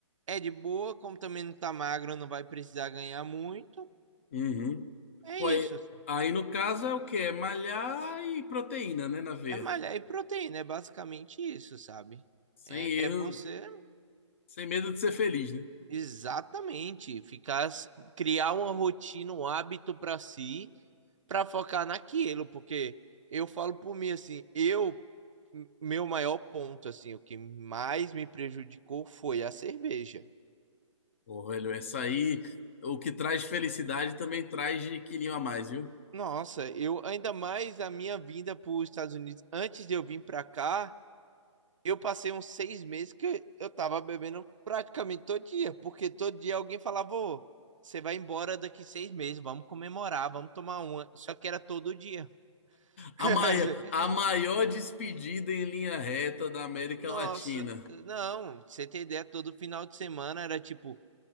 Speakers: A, on the right (about 75°); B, on the left (about 25°).
A: é de boa, como também não tá magro, não vai precisar ganhar muito.
B: Uhum.
A: É
B: Pô, aí,
A: isso, sabe?
B: aí no caso é o quê? É malhar e proteína, né, na veia.
A: É malhar e proteína, é basicamente isso, sabe?
B: Sem
A: É,
B: erro,
A: é você
B: sem medo de ser feliz, né?
A: exatamente ficar, criar uma rotina, um hábito para si, para focar naquilo, porque eu falo por mim assim, eu meu maior ponto assim, o que mais me prejudicou foi a cerveja.
B: Pô, velho, essa aí, o que traz felicidade também traz de quilinho a mais, viu?
A: Nossa, eu ainda mais a minha vinda para os Estados Unidos antes de eu vir para cá, eu passei uns seis meses que eu tava bebendo praticamente todo dia, porque todo dia alguém falava, ô, você vai embora daqui seis meses, vamos comemorar, vamos tomar uma. Só que era todo dia. <laughs>
B: A maior, a maior despedida em linha reta da América
A: Nossa,
B: Latina.
A: não, pra você tem ideia, todo final de semana era tipo